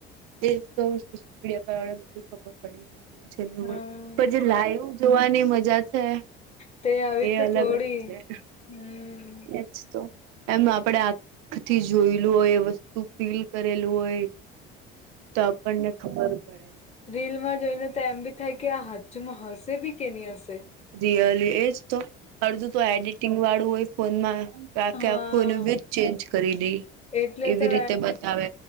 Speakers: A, on the right (about 60°); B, on the left (about 20°).
A: એ તો સોશિયલ મીડિયા પર આપડે બધું ખબર પડી જાય એવું છે નેય
B: હા
A: પણ જે લાઈવ જોવાની મજા છે.
B: તે આવી
A: એ
B: રીતે થોડી
A: છે
B: હમ્મ.
A: એ જ તો એમ આપણેે આખથી જોયેલું હોય વસ્તુ ફીલ કરેલું હોય તો આપણને ખબર પડે
B: રીલમાં જોઈને તો એમ બી થાય આ હાચુમાં બી કે નહી હશે
A: રીયલી એજ તો અડધું તો એડિટિંગ વાળું હોય ફોનમાં
B: હા
A: આખે આખું એનું વિજ ચેન્જ કરી દે
B: એટલે
A: એવી
B: તો
A: રીતે બતાવે